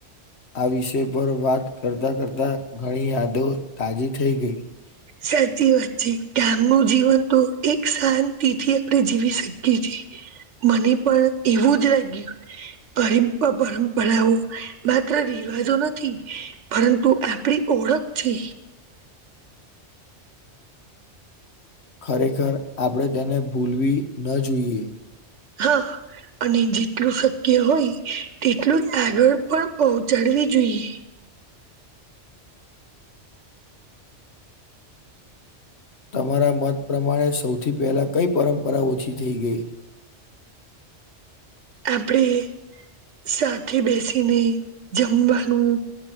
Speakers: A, on the left; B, on the right.
A: આ વિષય પર વાત કરતા કરતા ઘણી યાદો તાજી થઈ ગઈ.
B: સાચી વાત છે ગામનું જીવન તો એક શાંતિથી આપણે જીવી શકીએ છીએ. મને પણ એવું જ લાગ્યું. પરપ પરંપરાઓ માત્ર રિવાજો નથી. પરંતુ આપડી ઓળખ છે
A: ખરેખર આપણેે તેને ભૂલવી ન જોઈએ.
B: હા. અને જેટલું શક્ય હોય તેટલું જ આગળ પણ પહોંચાડવી જોઈએ
A: તમારા મત પ્રમાણે સૌથી પહેલા કઈ પરંપરા ઓછી થઈ ગઈ. <inaudible> <inaudible>
B: આપડે સાથે બેસીને જમવાનું